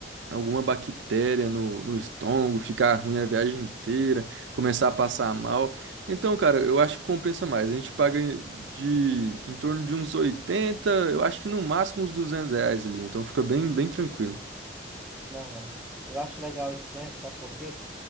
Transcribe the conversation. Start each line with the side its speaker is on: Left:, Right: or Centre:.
Right: alguma bactéria no, no estômago, ficar ruim a viagem inteira, começar a passar mal. Então, cara, eu acho que compensa mais. A gente paga em- de em torno de uns 80, eu acho que no máximo uns 200 reais ali. Então fica bem, bem tranquilo.
Centre: Não, velho. Eu acho legal isso mesmo, sabe por quê?